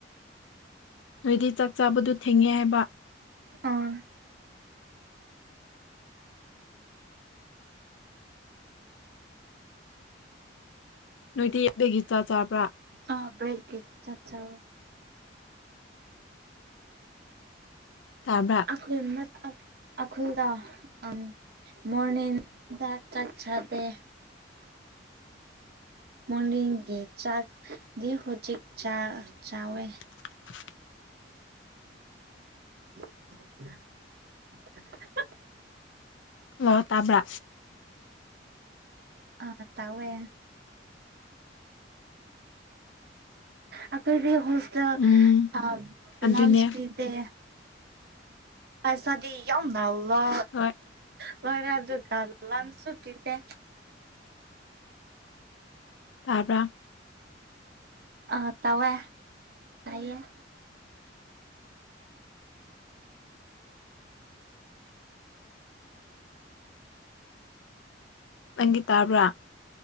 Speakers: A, on the left; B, on the right.
A: ꯅꯣꯢꯒꯤ ꯆꯥꯛ ꯆꯥꯕꯗꯨ ꯊꯦꯡꯉꯦ ꯍꯥꯏꯕ
B: ꯑꯝ
A: ꯅꯣꯏꯗꯤ ꯀꯔꯤꯒꯤ ꯆꯥ ꯆꯥꯕ꯭ꯔꯥ
B: ꯑꯥ ꯕꯔꯦꯛ ꯆꯥꯛ ꯆꯥꯢꯌꯦ
A: ꯇꯥꯕ꯭ꯔꯥ
B: ꯑ ꯑꯩꯈꯣꯏ ꯑꯩꯈꯣꯏꯗ ꯑ ꯃꯣꯔꯅꯤꯦꯟ ꯗ ꯆꯥꯛ ꯆꯗꯦ ꯃꯟꯗꯤꯒꯤ ꯆꯥꯛꯒꯤ ꯍꯧꯖꯤꯛ ꯆꯥ ꯆꯋꯦ
A: <inaudible>
B: <inaudible>
A: ꯂ ꯇꯥꯕ꯭ꯔꯥ
B: ꯑ ꯇꯋꯦ ꯑꯩꯈꯣꯏꯗꯤ ꯍꯣꯁꯗ
A: ꯎꯝ
B: ꯑ
A: ꯑꯗꯨꯅꯦ
B: ꯂꯥꯟꯆ ꯄ ꯄꯁꯥꯗꯤ ꯌꯥꯎ ꯅꯂ
A: ꯍꯣꯏ
B: ꯈꯣꯏꯔꯦ ꯑꯗꯨ ꯑꯗꯨ ꯜ ꯂꯅꯁꯨꯇꯤꯗ
A: ꯇꯥꯕ꯭ꯔꯥ
B: ꯑ ꯇꯧꯦ ꯁꯦ
A: ꯅꯪꯒꯤ ꯇꯥꯕ꯭ꯔꯥ